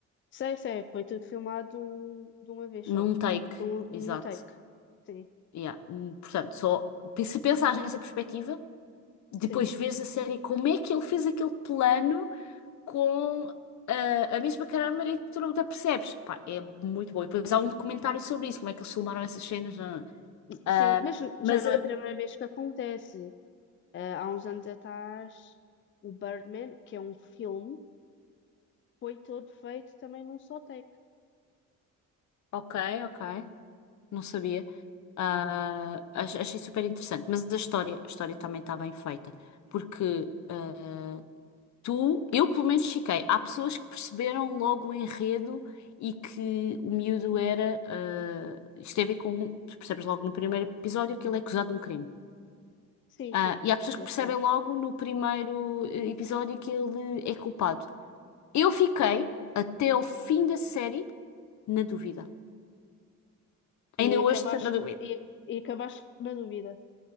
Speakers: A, on the left; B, on the left.
A: Sei, sei, foi tudo filmado de um- de uma vez
B: Num
A: só.
B: take,
A: Um,
B: exato.
A: um take. Sim,
B: Yeah. Hum, Portanto, só se pensares nessa perspectiva, depois
A: sim.
B: vês a série como é que ele fez aquele plano com ah, a mesma câmara e tu não te apercebes. Pá, é muito bom. E depois há um documentário sobre isso, como é que eles filmaram essas cenas. ah, ah,
A: Sim, mas já
B: mas
A: não
B: a
A: é a primeira vez que acontece. Ah, há uns anos atrás, o Birdman, que é um filme, foi todo feito também num só take.
B: Ok, ok. não sabia. Ah, ach- achei super interessante. Mas a história, a história também está bem feita. Porque ah, tu, eu pelo menos fiquei. Há pessoas que perceberam logo o enredo e que o miúdo era. ah, isto tem a ver com. tu Percebes logo no primeiro episódio que ele é acusado de um crime.
A: Sim,
B: Ah,
A: sim,
B: e há pessoas
A: isso
B: que
A: eu
B: percebem
A: sei.
B: logo no primeiro eh, episódio que ele é culpado. Eu fiquei até ao fim da série na dúvida. Ainda
A: E
B: hoje
A: acabaste,
B: estou na dúvida.
A: e, e acabaste na dúvida.